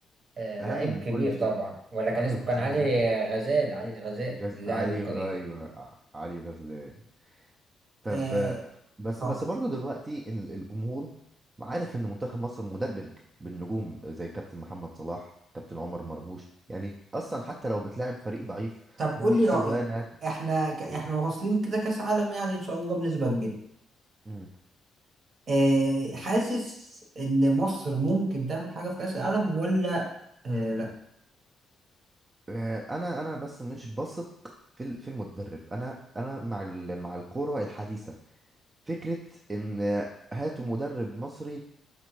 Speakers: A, on the right; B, on the right.
A: آه،
B: اهم
A: لعيب
B: من
A: كبير
B: كل شيء
A: طبعا ولا كان
B: علي
A: اسمه
B: خذلان
A: كان علي
B: لعيب كبير
A: غزال علي غزال
B: غز...
A: اللاعب
B: علي
A: القدير
B: ايوه ع- علي غزلان طب
A: آه
B: آه، بس
A: طب
B: بس برضه دلوقتي ال- الجمهور عارف ان منتخب مصر مدجج بالنجوم زي كابتن محمد صلاح كابتن عمر مرموش يعني اصلا حتى لو بتلاعب فريق ضعيف
A: طب
B: بوتسوانا
A: قول لي رأيك احنا ك... احنا
B: تقول-
A: واصلين كده كأس عالم يعني ان شاء الله بنسبة كبيرة
B: مم.
A: آه حاسس ان مصر ممكن تعمل حاجة في كأس العالم ولا آه
B: آه، انا انا بس مش بثق في ال- في المدرب انا انا مع ال- مع الكرة الحديثة فكرة ان آه، هاتوا مدرب مصري